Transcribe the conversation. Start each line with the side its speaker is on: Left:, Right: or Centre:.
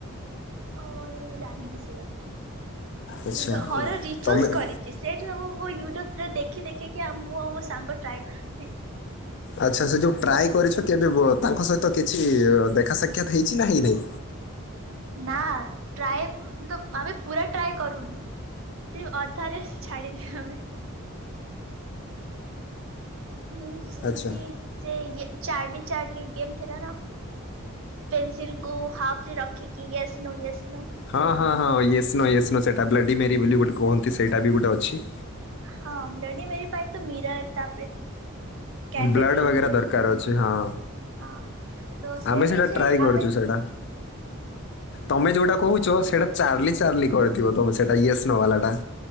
Right: ଓ ମୁଁ ଜାଣିନି ସେ ଏପ୍ ଟା
Left: ଆଚ୍ଛା
Right: ନି ହର ରିଚୁଲସ
Left: ତମେ
Right: କରି ସେଇଠି ସବୁ ମୁ ୟୁଟ୍ୟୁବ ରେ ଦେଖି ଦେଖିକି ଆ ମୁଁ ଆଉ ମୋ ସାଙ୍ଗ ଟ୍ରାଏ କ <unintelligible>
Left: ଆଚ୍ଛା ସେ ଯୋଉ ଟ୍ରାଏ କରିଛ କେବେ ତାଙ୍କ ସହିତ କିଛି ଦେଖା ସାକ୍ଷାତ ହେଇଛି ନା ହେଇନେଇଁ?
Right: ନା ଟ୍ରାଏ ତ ଆମେ ପୁରା ଟ୍ରାଏ କରୁନି। ସେ ଅଧାରେ ଛାଡିଦିଅ ଆମେ। ମିନ୍ସ ଯେମତି
Left: ଆଚ୍ଛା
Right: ସେ ଚାଡଲି ଚାଡଲି ଗେମ ଥିଲା ନା। ପେନସିଲ କୁ ହାଫ ରେ ରଖିକି ୟେସ୍ ନୋ ୟେସ୍ ନୋ।
Left: ହଁ ହଁ ହଁ ୟେସ ନୋ ୟେସ ନୋ ସେଟା ବ୍ଲାଡି ମେରି ବୋଲି ଗୋଟେ କୁହନ୍ତି ସେଇଟା ବି ଗୋଟେ ଅଛି।
Right: ହଁ ବ୍ଲଡ଼ିମେରୀ ପାଇଁ ତ ମିରର ତାପରେ କ୍ୟାଣ୍ଡେଲ
Left: ବ୍ଲଡ଼୍
Right: ନେଇକି
Left: ବଗେରା ଦରକାର ଅଛି ହଁ।
Right: ହଁ ତ ସେ
Left: ଆମେ
Right: ନେଇ
Left: ସେଇଟା
Right: ସେ
Left: ଟ୍ରାଏ କରୁଛୁ
Right: ଆମେ
Left: ସେଇଟା ତମେ ଯୋଉଟା କହୁଛ ସେଇଟା ଚାର୍ଲି ଚାର୍ଲି କହିଥିବ ତମେ ସେଟା ୟେସ ନୋ ବାଲା ଟା।